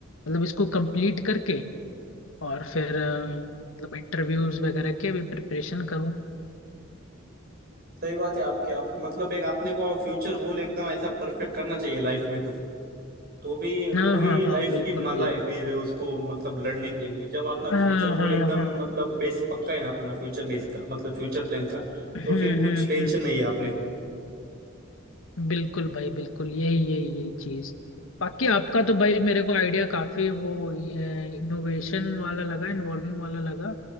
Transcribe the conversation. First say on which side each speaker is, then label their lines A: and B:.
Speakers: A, on the left; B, on the right.
A: मतलब इसको कंप्लीट करके और फिर अ, मतलब इंटरव्यूज वगैरह के भी प्रिपरेशन करूँ
B: सही बात है आपकी आप मतलब एक आपने को फ्यूचर गोल एकदम ऐसा परफेक्ट करना चाहिए लाइफ में तो तो भी
A: हाँ
B: तो ही
A: हाँ
B: लाइफ
A: हाँ बिल्कुल
B: की मजा
A: भाई
B: है फिर उसको मतलब लड़ने के लिए जब अपना
A: हाँ
B: फ्यूचर गोल
A: हाँ
B: एकदम
A: हाँ
B: मतलब बेस पक्का है ना अपना फ्यूचर बेस का मतलब फ्यूचर प्लान का
A: हम्म
B: तो फिर कुछ
A: हम्म
B: टेंशन
A: हम्म
B: नहीं है अपने को
A: बिल्कुल भाई बिल्कुल यही यही यही चीज बाकी आपका तो भाई मेरे को आइडिया काफी वो इनोवेशन वाला लगा इन्वॉल्विंग वाला लगा